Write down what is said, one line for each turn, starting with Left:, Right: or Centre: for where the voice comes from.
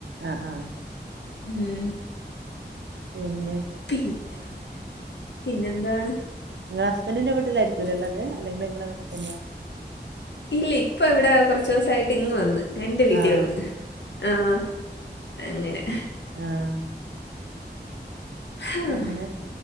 Right: ആഹ് ആഹ്.
Left: ഉം
Right: പിന്നെ?
Left: പി പിന്നെ എന്താണ്?
Right: ഇങ്ങള് ഹസ്ബന്റിന്റെ വീട്ടിലായിരിക്കുല്ലേള്ളത് അല്ലെങ്കില് ഇങ്ങള വീട്ടി തന്നെയാ.
Left: ഇല്ല ഇപ്പ ഇവിടെ കൊറ്ച്ച് ദിവസായിട്ട് ഇങ്ങ് വന്ന്. എന്റെ വീട്ടിൽ
Right: ആഹ്
Left: വന്ന്. ആഹ് അങ്ങനെ.
Right: ആഹ്.
Left: ആഹ്
Right: പിന്നെ